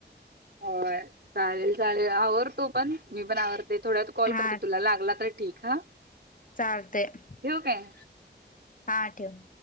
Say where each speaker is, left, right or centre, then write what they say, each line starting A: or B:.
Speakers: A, on the right; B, on the left.
A: होय चालेल चालेल आवर तू पण मी पण आवरते. थोड्यात कॉल
B: हा
A: करते तुला लागला तर ठीक हां.
B: चालतयं!
A: ठेवू, काय?
B: हां ठेव.